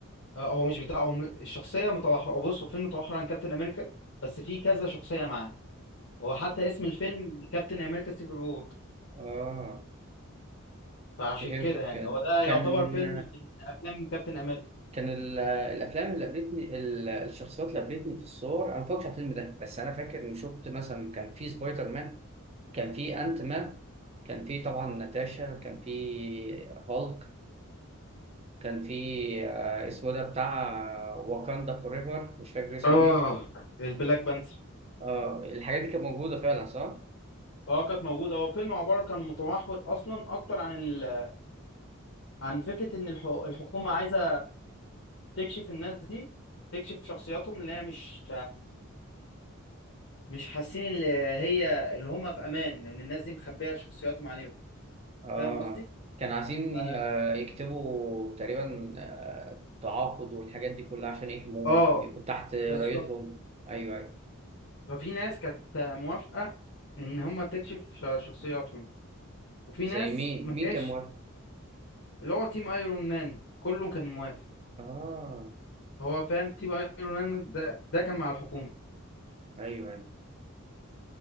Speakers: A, on the left (about 60°); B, on the right (about 30°).
A: هو مش بتاع هو م- الشخصية متوحرة بص هو فيلم متوحر عن كابتن أمريكا بس في كذا شخصية معاه هو حتى اسم الفيلم كابتن امريكا سيفل وور
B: آه
A: فعشان
B: فهمتك
A: كده يعني
B: كده
A: هو ده
B: كان
A: يعتبر فيلم من افلام كابتن امريكا
B: كان ال- الافلام اللي قابلتني ال- الشخصيات اللي قابلتني في الصور انا ما فاكرش على الفيلم ده بس انا فاكر اني شفت مثلا كان في سبايدر مان كان في انت مان كان في طبعا ناتاشا كان في هالك كان في آه، اسمه ده بتاع واكاندا فور ايفر مش فاكر اسمه
A: اه
B: ايه
A: البلاك بانثر
B: اه الحاجات دي كانت موجوده فعلا صح
A: اه كانت موجودة هو فيلم عبارة كان متمحور أصلا أكتر عن ال... عن فكرة إن الح... الحكومة عايزة تكشف الناس دي تكشف شخصياتهم اللي هي مش مش حاسين اللي هي اللي هم في أمان لأن الناس دي مخبية شخصياتهم عليهم
B: اه
A: فاهم قصدي؟
B: كان عايزين
A: ف...
B: ي- آه، يكتبوا تقريبا آه، تعاقد والحاجات دي كلها عشان يحموهم
A: اه
B: يبقوا تحت رايتهم
A: بالظبط
B: ايوه ايوه
A: ففي ناس كانت موافقة إن هم تكشف شخصياتهم وفي
B: زي
A: ناس
B: مين
A: ما كانش
B: مين كان موافق
A: اللي هو تيم ايرون مان كله كان موافق
B: اه
A: هو فاهم تيم ايرون مان ده ده كان مع الحكومة
B: ايوه ايوه